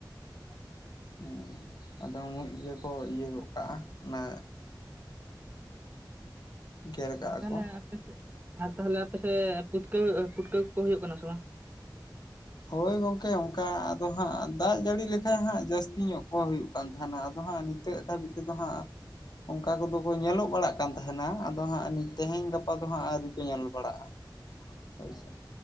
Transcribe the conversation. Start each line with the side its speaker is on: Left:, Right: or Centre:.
Right: <unintelligible>
Left: ᱦᱮᱸ, ᱟᱫᱚ ᱢᱩᱡ ᱜᱮᱠᱚ ᱤᱭᱟᱹ ᱜᱚᱜ ᱠᱟᱜᱼᱟ ᱚᱱᱟ ᱜᱮᱨ ᱠᱟᱜᱼᱟ
Right: ᱟᱨ ᱛᱟᱦᱚᱞᱮ
Left: ᱠᱚ
Right: ᱟᱯᱮᱥᱮ ᱟᱨ ᱛᱟᱦᱚᱞᱮ ᱟᱯᱮ ᱥᱮᱫ ᱯᱩᱴᱠᱟᱹ ᱯᱩᱴᱠᱟᱹ ᱠᱚ ᱠᱚ ᱦᱩᱭᱩᱜ ᱠᱟᱱᱟ ᱥᱮ ᱵᱟᱝ?
Left: ᱦᱳᱭ ᱜᱚᱝᱠᱮ, ᱚᱱᱠᱟ ᱟᱫᱚ ᱦᱟᱸᱜ ᱫᱟᱜ ᱡᱟᱹᱲᱤ ᱞᱮᱠᱟᱡ ᱦᱟᱸᱜ ᱡᱟᱹᱥᱛᱤ ᱧᱚᱜ ᱠᱚ ᱦᱩᱭᱩᱜ ᱠᱟᱱ ᱛᱟᱦᱮᱱᱟ ᱟᱫᱚ ᱦᱟᱸᱜ ᱱᱤᱛᱟᱹᱜ ᱫᱷᱟᱹᱵᱤᱡ ᱛᱮᱫᱚ ᱦᱟᱸᱜ ᱚᱝᱠᱟ ᱠᱚᱫᱚ ᱠᱚ ᱧᱮᱞᱚᱜ ᱵᱟᱲᱟᱜ ᱠᱟᱱ ᱛᱟᱦᱮᱱᱟ ᱟᱫᱚ ᱦᱟᱸᱜ ᱱᱤ ᱛᱮᱦᱮᱧ ᱜᱟᱯᱟ ᱫᱚ ᱦᱟᱸᱜ ᱟᱹᱣᱨᱤ ᱠᱚ ᱧᱮᱞ ᱵᱟᱲᱟᱜᱼᱟ᱾ ᱦᱳᱭ ᱥᱮ,